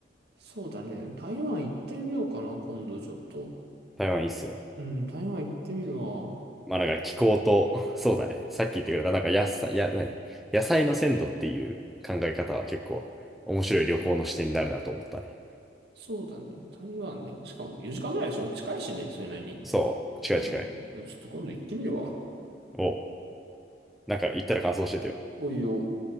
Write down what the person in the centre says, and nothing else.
台湾いいっすよ。
まあなんか気候と、<laughs> そうだね。さっき言ってくれた、なんか野菜、や、何野菜の鮮度っていう考え方は結構面白い旅行の視点になるなと思ったね。
そう、近い近い。
おう、なんか言ったら感想教えてよ。